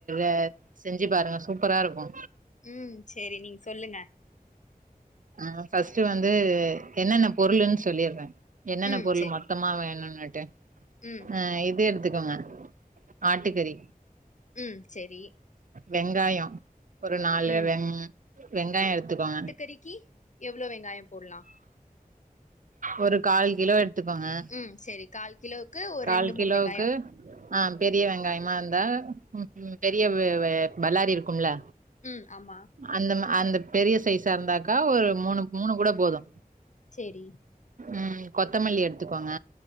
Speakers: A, on the right (about 60°); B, on the left (about 55°).
A: அ செஞ்சு பாருங்க சூப்பரா இருக்கு
B: ம் செரி நீங்க சொல்லுங்க
A: ஆ ஃபஸ்ட்டு வந்து என்னென்ன பொருள்ன்னு சொல்லிடுறே என்னென்ன
B: ம்
A: பொருள்
B: சேரி
A: மத் தமா வேணுண்னுட்டு
B: ம்
A: அ இது எடுத்துக்கங்க ஆட்டுக்கறி
B: ம் சேரி
A: வெங்காய ஒரு நாலு
B: ம்
A: வெங் வெங்காய எடுத்துக்கோங்க
B: கரிக்கு எவ்வளோ வெங்காய போடலா
A: ஒரு கால் கிலோ எடுத்துக்கோங்க
B: ம் சரி கால் கிலோவுக்கு ஒரு
A: கால்
B: ரெண்டு
A: கிலோக்கு
B: மூணு வெங்காயோ
A: ஆ பெரிய வெங்காயமா இருந்தா ம் ம் பெரிய பல்லாரி இருக்கும்ல
B: ம் ஆமா
A: அந்த அந்த பெரிய சைஸா இருந்தாக்கா ஒரு மூணு மூணு கூட போது
B: செரி
A: ம் கொத்தமல்லி எடுத்துக்கோங்க